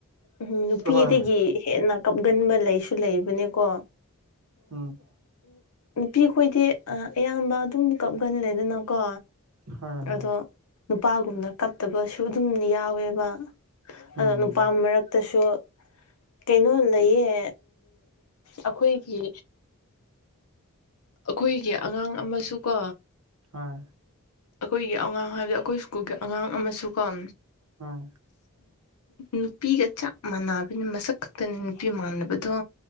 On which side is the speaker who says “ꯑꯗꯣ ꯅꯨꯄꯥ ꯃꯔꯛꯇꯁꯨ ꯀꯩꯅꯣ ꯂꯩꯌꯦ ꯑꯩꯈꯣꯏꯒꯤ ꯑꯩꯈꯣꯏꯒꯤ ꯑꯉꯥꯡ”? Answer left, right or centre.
Left